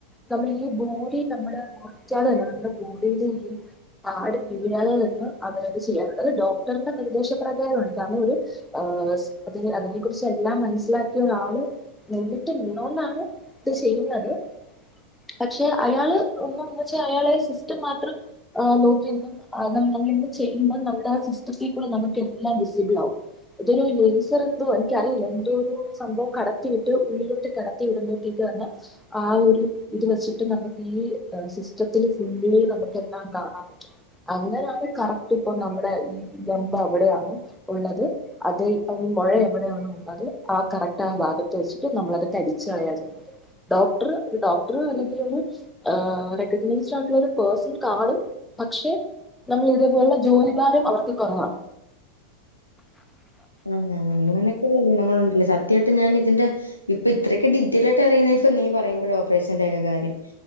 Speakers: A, in the centre; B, on the left (about 80°).
A: നമ്മൾ ഈ ബോഡി നമ്മള് മാറ്റാതെ തന്നെ നമ്മുടെ ബോഡിയില് ഈ ആട് വീഴാതെ തന്നെ അവരത് ചെയ്യാറുണ്ട് അത് ഡോക്ടറിന്റെ നിർദ്ദേശപ്രകാരമാണ് കാരണം ഒര് ആഹ് അതിന് അതിനെ കുറിച്ച് എല്ലാം മനസ്സിലാക്കിയ ഒരാള് നിന്നിട്ട് നിന്നോണ്ടാണ് ഇത് ചെയ്യുന്നത്. പക്ഷെ അയാള് <unintelligible> അയാള് സിസ്റ്റം മാത്രം ഏഹ് നോക്കീണ്ട് ആഹ് നം നമ്മളിങ്ങനെ ചെയ്യുമ്പം നമ്മടെ ആ സിസ്റ്റത്തി കൂടെ നമുക്ക് എല്ലാം വിസിബിളാവും ഇതൊരു ലേസർ എന്തുവാ എനിക്കറിയില്ല എന്തോ ഒരു സംഭവം കടത്തി വിട്ട് ഉള്ളിലോട്ട് കടത്തി വിടുമ്പോത്തേക്ക് തന്നെ ആ ഒരു ഇത് വെച്ചിട്ട് നമുക്ക് ഈ സിസ്റ്റത്തില് ഫുള്ളി നമുക്കെല്ലാം കാണാൻ പറ്റും അങ്ങനെയാണ് കറക്ട് ഇപ്പൊ നമ്മുടെ ബമ്പ് അവിടെയാണ് ഉള്ളത് അത് മാരി മൊഴ അവിടെയാണുള്ളത് ആഹ കറക്റ്റ് ആഹ ഭാഗത്ത് വെച്ചിട്ട് നമ്മളത് കരിച്ചളയാ ചെയ്യുന്നത്. ഡോക്ടർ ഒരു ഡോക്ടർ അല്ലെങ്കിൽ ഒരു ഏഹ് റെക്കഗ്നൈസ്ഡ് ആയിട്ടുള്ള ഒരു പേഴ്സൺ കാണും പക്ഷെ നമ്മളെ ഇതേപോലുള്ള ജോലിഭാരം അവർക്ക് കുറവാ.
B: ആഹ് അങ്ങനൊക്കെയുള്ള ഗുണങ്ങള് ഉണ്ടല്ലേ സത് ത്യായിട്ട് ഞാൻ ഇതിന്റെ ഇപ്പൊ ഇത്രയൊക്കെ ഡീറ്റിയൽ ആയിട്ട് അറിയുന്ന ഇഫ നീ പറയുമ്പഴ ഓപ്പറേഷന്റെറെഒക്കെ കാര്യം